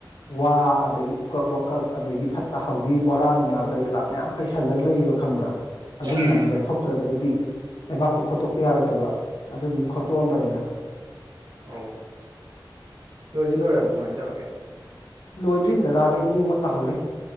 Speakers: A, on the left; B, on the right.
A: ꯋꯥ ꯑꯗꯒꯤ ꯎꯀꯛ ꯋꯥꯀꯛ ꯑꯗꯒꯤ ꯐꯠꯇ ꯍꯥꯎꯗꯤ ꯕꯣꯔꯥ ꯅꯨꯡꯂꯥꯛ ꯀꯔꯤ ꯀꯔꯥ ꯃꯌꯥꯝ ꯄꯩꯁꯜꯂꯒ ꯂꯩꯌꯦꯕ ꯈꯪꯕ꯭ꯔꯥ ꯑꯗꯨ ꯃꯌꯥꯝꯗꯣ
B: ꯎꯝ
A: ꯂꯧꯊꯣꯛꯇ꯭ꯔꯒꯗꯤ ꯂꯩꯕꯥꯛꯇꯨ ꯈꯣꯠꯇꯣꯛꯄ ꯌꯥꯔꯣꯏꯗꯕ ꯑꯗꯨꯗꯨꯒꯤ ꯈꯣꯠꯇꯣꯛꯑꯝꯕꯅꯤꯗ
B: ꯑꯣ ꯂꯣꯏꯁꯤ ꯂꯣꯏꯔꯕ ꯀꯃꯥꯏꯅ ꯇꯧꯔꯒꯦ ꯀ
A: ꯂꯣꯏꯗ꯭ꯔꯤ ꯅꯗꯥꯒ ꯏꯕꯨꯡ ꯑꯃ ꯇꯥꯍꯧꯔꯤ